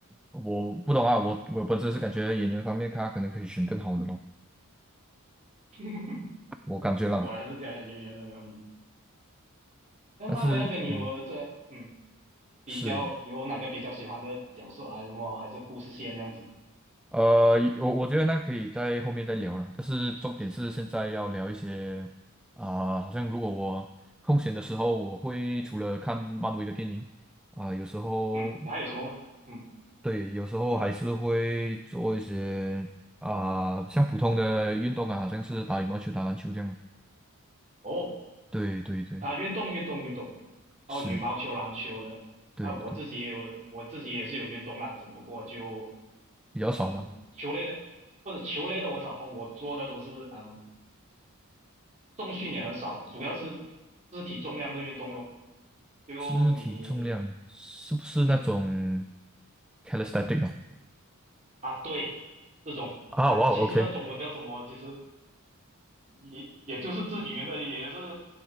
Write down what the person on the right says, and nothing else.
<laughs>
那果然是这样，演员那边，嗯，那漫威那边你有这，
嗯，比较有哪个比较喜欢的角色啊？
什么还是故事线这样子？
嗯，你还有什么吗？嗯，
哦。
啊，运动运动运动，哦，
羽毛球、篮球的，
啊，我自己也有，我自己也是有运动啦，只不过就
嗯，球类的或者球类的我很少碰，我做的都是嗯，重训也很少，主要是肢体重量的运动咯。就你
嗯
啊，对，这种啊，
其实叫中文叫什么？其实也也就是肢体运动，也就是